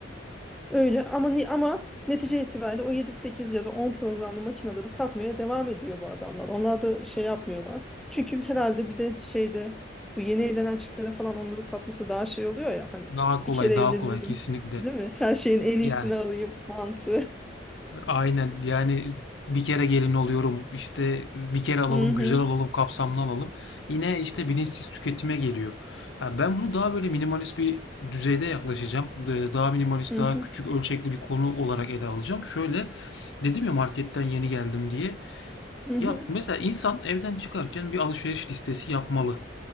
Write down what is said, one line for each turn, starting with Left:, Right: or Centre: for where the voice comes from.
Centre: Öyle ama ni- ama netice itibariyle o yedi sekiz ya da 10 programlı makineleri satmaya devam ediyor bu adamlar. Onlar da şey yapmıyorlar. Çünkü herhalde bir de şeyde bu yeni evlenen çiftlere falan onları satması daha şey oluyor ya hani
Left: Daha kolay
Centre: bir kere
Left: daha
Centre: evleniyorum
Left: kolay kesinlikle.
Centre: <laughs> değil mi? Her şeyin en iyisini
Left: Yani
Centre: alayım mantığı.
Left: Aynen yani bir kere gelin oluyorum işte bir kere alalım
Centre: Hı hı
Left: güzel alalım kapsamlı alalım. Yine işte bilinçsiz tüketime geliyor. Ha, ben bunu daha böyle minimalist bir düzeyde yaklaşacağım. Ee, Daha minimalist
Centre: hı
Left: daha
Centre: hı
Left: küçük ölçekli bir konu olarak ele alacağım. Şöyle dedim ya marketten yeni geldim diye.
Centre: hı hı.
Left: Ya mesela insan evden çıkarken bir alışveriş listesi yapmalı.